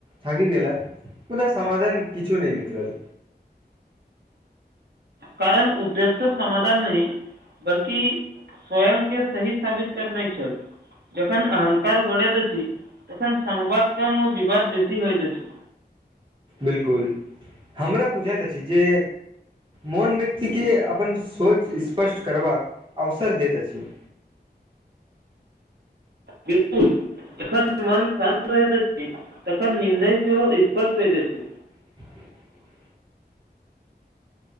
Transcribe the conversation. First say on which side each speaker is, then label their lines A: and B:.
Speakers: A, on the right; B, on the right.
A: थकि गेला मुदा समाधान किछु नहि निकलल
B: कारण उद्देश्य समाधान नहि बल्कि स्वयं के सही साबित करनाइ छल जहन अहंकार बढ़ैत अछि तहन संवाद कम ओ विवाद बेसी होइत अछि
A: बिलकुल हमरा बुझैत अछि जे मोन व्यक्तिके अपन सोच स्पष्ट करबाक अवसर दैत अछि
B: बिलकुल जखन मन शान्त रहैत अछि तखन निर्णय सेहो स्पर्श होइत अछि
A: <inaudible>